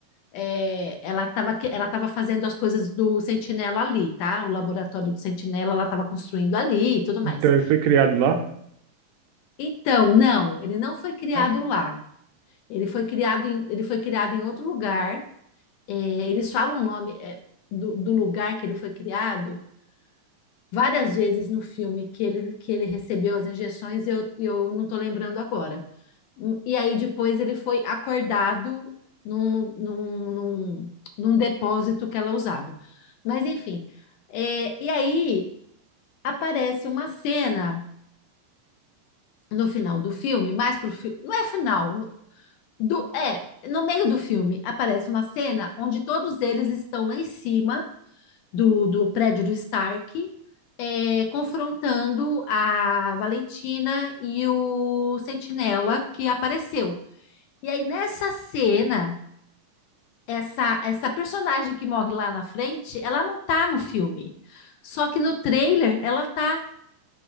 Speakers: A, on the left (about 75°); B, on the right (about 75°).
A: é, ela estava ela tava fazendo as coisas do Sentinela ali, tá? O laboratório do Sentinela ela estava construindo ali e tudo mais.
B: então ele foi criado lá.
A: Então, não, ele não foi criado
B: Ah,
A: lá. Ele foi criado em, ele foi criado em outro lugar. É, eles falam o nome é, do, do lugar que ele foi criado. várias vezes no filme que ele, que ele recebeu as injeções, e eu, eu não estou lembrando agora. E aí depois ele foi acordado num, num, num, num depósito que ela usava. Mas enfim, é, e aí aparece uma cena no final do filme, mais pro filme, não é final, no- do, é, no meio do filme aparece uma cena onde todos eles estão lá em cima do, do prédio do Stark, é, confrontando a Valentina e o Sentinela que apareceu. E aí, nessa cena, essa, essa personagem que morre lá na frente, ela não tá no filme. Só que no trailer ela tá.